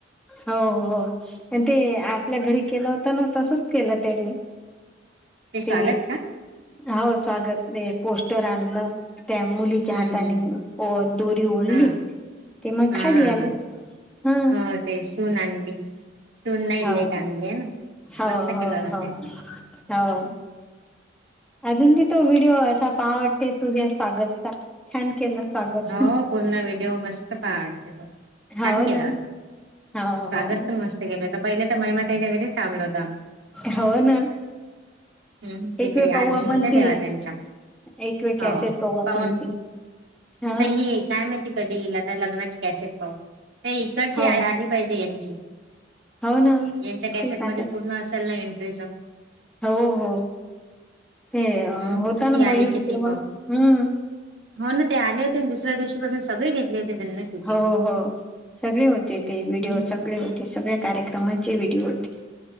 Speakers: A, in the centre; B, on the right (about 65°).
A: हो हो आणि ते आपल्या घरी केलं होत ना तस केलं त्यांनी
B: स्वागत
A: ते
B: का
A: हो स्वागत पोस्टर आणलं त्या मुलीच्या
B: हम्म
A: हाताने
B: हम्म हम्म
A: दोरी ओढली
B: हा
A: ते मग
B: हा
A: खाली
B: हा
A: आलं
B: हा
A: ह
B: हो ते सून आणली सून नाही
A: हो
B: ललेक आणली आहे ना
A: हो
B: मस्त
A: हो
B: केला जात
A: हो हो
B: <inaudible>
A: अजून बी तो व्हिडिओ असा पाहावटते तुझ्या स्वागत चा छान केलं स्वागत
B: हो पूर्ण व्हिडिओ मस्त पहा वाटते तो छान
A: हो
B: केला
A: ना
B: होता
A: हो
B: स्वागत
A: हो
B: पण मस्त केलं होत पहिले तर महिमाात्याच्या घरीच थांबलं होतं आम्ही
A: ह ना
B: हम्म तिकडे
A: एक वेळ पाहूं
B: आजी
A: आपण
B: होत्या
A: ती,
B: तेव्हा त्यांच्या
A: एक वेळ कॅसेट
B: हो
A: पाहू आपण
B: पाहून
A: ती हा
B: आता हे काय माहिती कधी येईल? आता लग्नाची कॅसेट पाहू ते इकडचे
A: हो
B: आली पाहिजे यांच्या
A: हो ना
B: कॅसेट
A: तेच आता
B: मधे पूर्ण असेल ना एंट्रीचा?
A: हो हो. ते
B: हम्म
A: अ होता
B: ती
A: ना
B: आली
A: मयूर
B: कि
A: तेव्हा
B: ती पाहू
A: हम्म?
B: हो ना ते आले होते आणि दुसऱ्या दिवशी पाासून सगळे घेतले होते त्यांना शूटिंग.
A: हो हो. सगळे होते ते, व्हिडिओ
B: हम्म
A: सगळे होते, सगळ्या कार्यक्रमाचे व्हिडिओ होते.